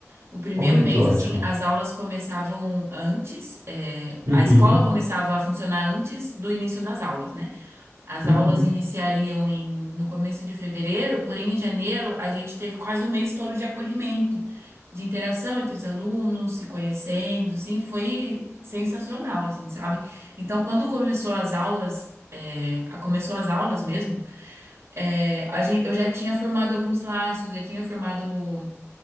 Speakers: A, on the right; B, on the right.
A: O primeiro
B: Olha
A: mês,
B: que ótimo.
A: assim, as aulas começavam antes, é,
B: Uhum,
A: a escola começava a funcionar antes do início das aulas, né? As
B: uhum.
A: aulas iniciariam em, no começo de fevereiro, porém em janeiro a gente teve quase um mês todo de acolhimento, de interação entre os alunos, se conhecendo, sim, foi sensacional, assim, sabe? Então, quando começou as aulas, é, a- começou as aulas mesmo, é, a gente, eu já tinha formado alguns laços, já tinha formado,